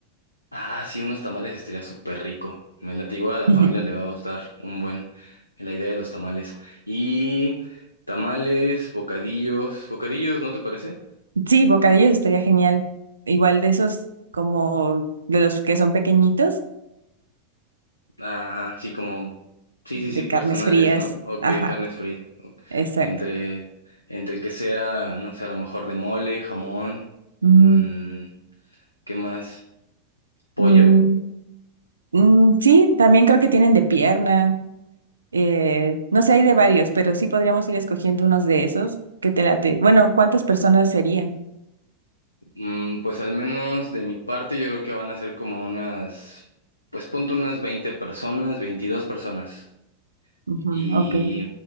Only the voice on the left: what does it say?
Ah, sí, unos tamales estaría súper rico. Me late, igual a la
familia le va a gustar un buen la idea de los tamales. Y tamales, bocadillos, bocadillos, ¿no te parece?
Ajá, sí, como, sí,
sí, sí, personales,
¿no? Ok,
carnes frías. ok.
Entre, entre que sea, no sé, a lo mejor de mole, jamón,
mm, ¿qué más? ¿Pollo?
Mm, pues al menos de mi parte yo creo que van a ser como unas, pues ponte unas 20 personas, 22 personas.
Y,